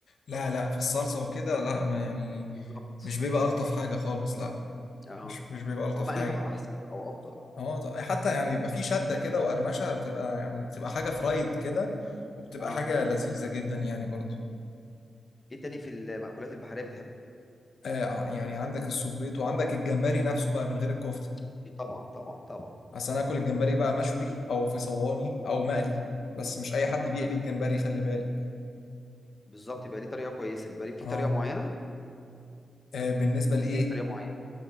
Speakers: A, on the left; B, on the left.
A: لا لا في الصلصة وكده لا ما يعني
B: بالظبط
A: مش بيبقى ألطف حاجة خالص لا
B: اه
A: مش مش بيبقى ألطف
B: هو مقلي
A: حاجة
B: طبعا احسن او افضل
A: اه ط- حتى يعني بيبقى فيه شدة كده وقرمشة بتبقى يعني بتبقى حاجة فرايد كده وبتبقى
B: اه
A: حاجة لذيذة جدا يعني برضو
B: ايه تاني في المأكولات البحرية بتحبه
A: آه آه، يعني عندك السبيط وعندك الجمبري نفسه بقى من غير الكفتة
B: اكيد طبعا طبعا طبعا
A: أصل أنا آكل الجمبري بقى مشوي أو في صواني
B: مم.
A: أو مقلي بس
B: مم.
A: مش أي حد بيقلي الجمبري خلي بالك
B: بالظبط يبقى ليه طريقة كويسة بيبقى ليه في
A: اه
B: طريقة معينة
A: آه، بالنسبه لايه
B: ازاي طريقة معينة